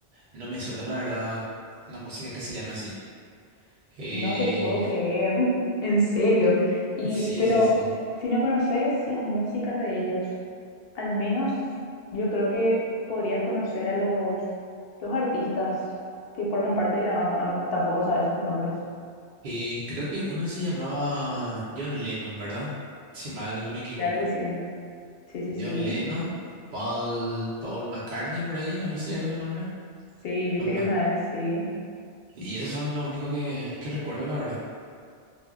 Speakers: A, on the right; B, on the left.
A: no me suena la verdad una música que se llama así. Eh,
B: No te puedo creer, <laughs> en serio. Y,
A: sí,
B: pero
A: sí, sí.
B: si no conoces las músicas de ellos, Al menos yo creo que podrías conocer a los, los artistas que forman parte de la banda, o no, tampoco sabes sus nombres.
A: Eh, creo que uno se llamaba John Lennon, ¿verdad? Si mal no me equivoco.
B: Claro que sí. Sí, sí, sí.
A: John Lennon, Paul, Paul McCartney por ahí, algo así era su nombre.
B: Sí, viste
A: No me
B: que sabes, sí.
A: Y esos son los únicos que, que recuerdo, la verdad.